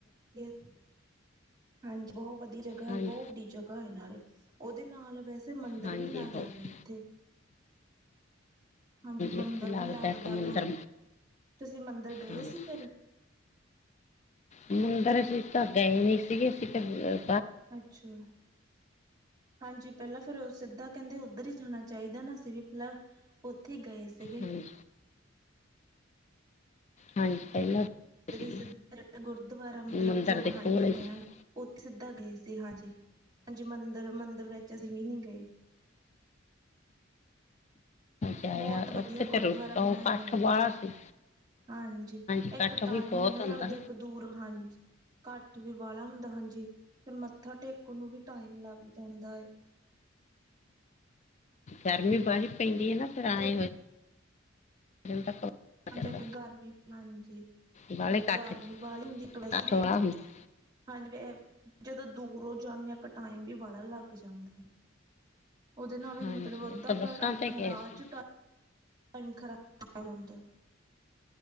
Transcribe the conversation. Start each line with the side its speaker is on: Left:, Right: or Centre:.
Right: ਵੀ ਹਾਂਜੀ ਬੋਹ ਵਧੀਆ ਜਗਾ
Left: ਹਾਂਜੀ
Right: ਹੈ ਬਹੁਤ ਵੱਡੀ ਜਗਾ ਹੈ ਨਾਲੇ ਉਹਦੇ ਨਾਲ ਵੈਸੇ ਤੇ ਮੰਦਰ
Left: ਹਾਂਜੀ
Right: ਵੀ ਲਾਗ
Left: ਬਹੁਤ
Right: ਰਾ ਹਾ ਉੱਥੇ। ਹਾਂਜੀ ਮੰਦਿਰ
Left: ਇੱਥੇ
Right: ਵੀ ਲੱਗਦਾ
Left: ਇੱਕ ਮੰਦਿਰ
Right: ਗਾ ਉਹ, ਤੁਸੀਂ ਮੰਦਿਰ ਗਏ
Left: ਹਾਂਜੀ
Right: ਸੀ ਫੇਰ।
Left: ਮੰਦਿਰ ਅਸੀਂ ਤਾਂ ਗਏ ਨਹੀਂ ਸੀਗੇ ਫੇਰ।
Right: ਅੱਛਾ ਹਾਂਜੀ ਪਹਿਲਾਂ ਫੇਰ ਸਿੱਧਾ ਕਹਿੰਦੇ ਉੱਧਰ ਹੀ ਜਾਣਾ ਚਾਹੀਦਾ ਨਾ ਅਸੀਂ ਵੀ ਪਹਿਲਾਂ ਉੱਥੇ ਈ ਗਏ ਸੀਗੇ।
Left: ਹਾਂਜੀ ਹਾਂਜੀ ਪਹਿਲਾਂ
Right: ਤੇ
Left: ਸੀਗੀ
Right: ਜੀ ਸਿੱਧਾ ਗੁਰਦੁਆਰਾ ਮਤਲਬ
Left: ਮੰਦਿਰ
Right: ਜੋ
Left: ਦੇ
Right: ਹਾਂਜੀ
Left: ਕੋਲ ਹੀ
Right: ਬਣਿਆ
Left: ਸੀ।
Right: ਉਥੇ ਸਿੱਧਾ ਗਏ ਸੀ ਹਾਂਜੀ। ਹਾਂਜੀ ਮੰਦਿਰ ਮੰਦਿਰ ਵਿੱਚ ਅਸੀਂ ਵੀ ਨਹੀ ਗਏ।
Left: ਜਾਇਆ
Right: ਬਹੁਤ ਵਧੀਆ
Left: ਉੱਥੇ
Right: ਗੁਰਦੁਆਰਾ
Left: ਤੇ ਰੁ ਉਹ
Right: ਬਣਾਇਆ
Left: ਇਕੱਠ
Right: ਹੋਇਆ ਉੱਥੇ,
Left: ਵਾਲਾ ਸੀ
Right: ਹਾਂਜੀ,
Left: ਇਕੱਠ
Right: ਇੱਕ ਟਾਈਮ
Left: ਵੀ ਬਹੁਤ
Right: ਨਾ ਲੱਗਦੇ
Left: ਹੁੰਦਾ
Right: ਇੱਕ, ਦੂਰ ਹਾਂਜੀ ਘੱਠ ਵੀ ਬਾਹਲਾ ਹੁੰਦਾ ਹਾਂਜੀ ਫਿਰ ਮੱਥਾ ਟੇਕ, ਨੂੰ ਵੀ ਟਾਈਮ ਲੱਗ ਜਾਂਦਾ ਐ,
Left: ਗਰਮੀ ਬਾਹਲੀ ਪੈਂਦੀ ਆ ਨਾ ਫਿਰ
Right: ਤੇ
Left: ਆਏ ਹੋਏ, <unintelligible>
Right: ਹਾਂਜੀ
Left: ਚੜਦਾ
Right: ਇੱਕ ਗਰਮੀ ਹਾਂਜੀ
Left: ਬਾਹਲੇ
Right: ਇੱਕ
Left: ਇਕੱਠ
Right: ਗਰਮੀ
Left: ਚ
Right: ਵਾਲੀ ਹੁੰਦੀ ਇੱਕ
Left: ਇਕੱਠ
Right: ਵੈਸ ਵੀ,
Left: ਵਾਲਾ ਹੁੰਦਾ
Right: ਹਾਂਜੀ ਜਦੋਂ ਦੂਰੋ ਜਾਨੇ ਆ ਇੱਕ ਟਾਈਮ ਵੀ ਵਾਲਾ ਲੱਗ ਜਾਂਦਾ। ਉਹਦੇ ਨਾਲ ਵੀ
Left: ਹਾਂਜੀ
Right: ਮਤਲਬ ਅੱਧਾ
Left: ਉਹ ਤਾਂ ਬੱਸਾਂ
Right: ਘਰ ਆਪਣਾ
Left: ਤੇ ਗਏ
Right: ਰਾਹ
Left: ਸੀ
Right: ਚ ਟਾਇਮ, ਟਾਇਮ ਖਰਾਬ ਹੋ ਜਾਦਾ।